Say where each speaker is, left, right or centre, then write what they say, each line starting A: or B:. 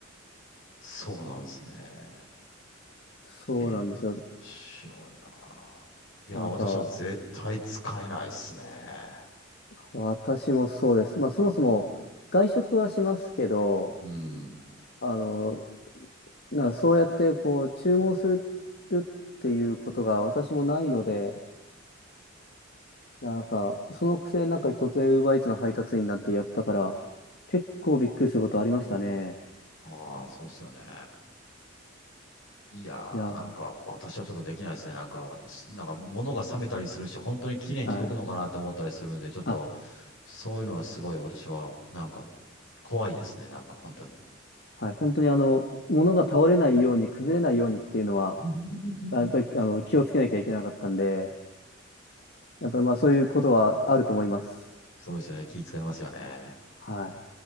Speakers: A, on the left (about 70°); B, on the left (about 55°).
A: そうなんですね。
B: そうなんですよ。
A: ええ、面白いな。いや、
B: あなんか、
A: 私は絶対使えないっすね。
B: 私もそうです。まあ、そもそも外食はしますけど、
A: うん。
B: あの、なそうやってこう、注文するっていうことが私もないので、なんか、そのくせなんか突然 Uber Eats の配達員なんてやったから、結構びっくりすることありましたね。
A: ああ、そうっすよね。いやー、
B: いやー、
A: なんか、私はちょっとできないですね。なんか、すなんか、物が冷めたりするし、本当に綺麗に届くのかなって思ったりするので、
B: はい。
A: ちょっと、
B: あ
A: そういうのはすごい私は、なんか、怖いですね。なんか、本当に。
B: はい、本当にあの、物が倒れないように、崩れないようにっていうのは、
A: <laughs>
B: あやっぱりあの気をつけなきゃいけなかったんで、やっぱりまあそういうことはあると思います。
A: そうですよね。気遣いますよね。
B: はい。